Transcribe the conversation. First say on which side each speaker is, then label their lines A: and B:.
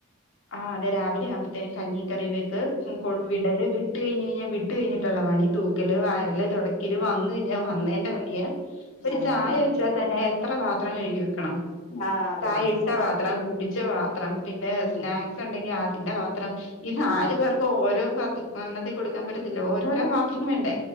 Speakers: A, on the left; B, on the left.
A: ആഹ് അതെ. രാവിലെ ആ വ്മ്പഴത്തേ കഞ്ഞിയും, കറിയും വെക്ക്, ഉം കൊടും വിടല് വിട്ട് കഴിഞ്ഞഴിഞ്ഞാ വിട്ട് കഴിഞ്ഞിട്ടുള്ള പണി, തൂ ക്കല്, വാരല്, തൊടക്കല് വന്ന ഴിഞ്ഞാ വന്നേന്റെ പണിയേ ഒര്
B: അതന്നെയാണ്
A: ചായ വെച്ചാ തന്നെ എത്ര പാത്രം കഴുകി വെക്കണം.
B: ആഹ് അതന്നെ
A: ചായ ഇട്ട
B: സത്യം
A: പത്രം, കുടിച്ച പാ ത്രം പിന്നെ
B: ഉം
A: സ്നാക്സ് ണ്ടെങ്കി അതിന്റെ പാത്രം, ഇത്
B: ഉം
A: ആര് പേർക്ക് ഓരോ പ ഒന്നത്തി കൊടുക്കാം പറ്റത്തില്ല. ഓരോരോ പാത്രം വേണ്ടേ.